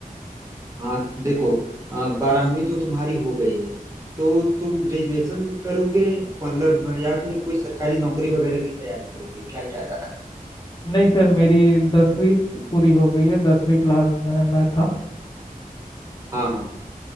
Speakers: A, on the right; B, on the left.
A: हाँ देखो अ, बारहवीं तो तुम्हारी हो गई है तो तुम ग्रेजुएशन करोगे मतलब या फिर कोई सरकारी नौकरी वगैरह की तैयारी करोगे क्या इरादा है
B: नहीं सर मेरी दसवीं पूरी हो गई है दसवीं क्लास में मैं था
A: हाँ हाँ